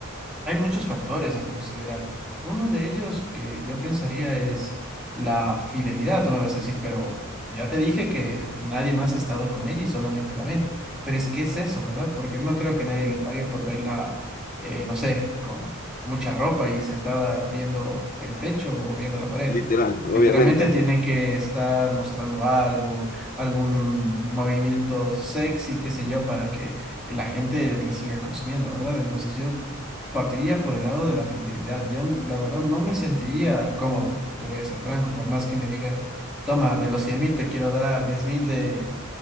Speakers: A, in the centre; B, on the left.
A: Hay muchos factores a considerar. Uno de ellos que yo pensaría es la fidelidad. Tú me vas a decir, pero ya te dije que nadie más ha estado con ella y solamente la ven. Pero es que es eso, ¿verdad? Porque no creo que nadie le pague por verla, eh, no sé, con mucha ropa y sentada viendo el techo o viendo la pared.
B: y- literal, obviamente.
A: Literalmente tiene que estar mostrando algo, algún movimiento sexy, qué sé yo, para que la gente le siga consumiendo, ¿verdad? Entonces yo partiría por el lado de la fidelidad. Yo, la verdad, no me sentiría cómodo, te voy a ser franco, por más que me diga, toma, de los cien mil te quiero dar diez mil de,